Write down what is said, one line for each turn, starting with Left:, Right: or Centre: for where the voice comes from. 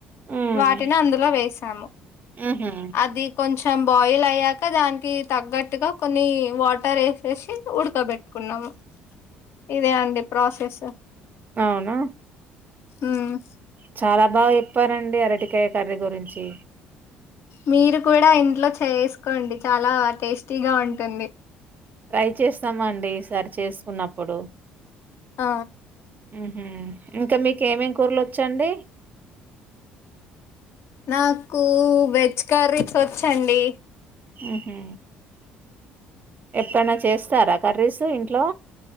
Right: ఉమ్
Left: వాటిని అందులో వేసాము
Right: ఉహు
Left: అది కొంచం బాయిల్ అయ్ యాక దాన్కి తగ్గట్టుగా కొన్ని వాటర్ ఏశేశి ఉడ్కబెట్టుకున్నాము ఇదే అండి ప్రాసెస్
Right: ఔనా
Left: ఉమ్
Right: చాలా బాగ చెప్పారండి అరటికాయ కర్రీ గురించి
Left: మీరు కడా ఇంట్లో చేస్కొండి చాలా టేస్టీగా ఉంటుంది
Right: ట్రై చేస్తమండి ఈసరి చేస్కుంన్నప్పుడు
Left: ఆ
Right: మ్ ఇంక మీకేమేం కూరలోచ్చండి
Left: నాకూ వెజ్ కర్రీస్ ఒచ్చండి
Right: ఉహు ఎప్పుడ్నా చేస్తారా కర్రీస్ ఇంట్లో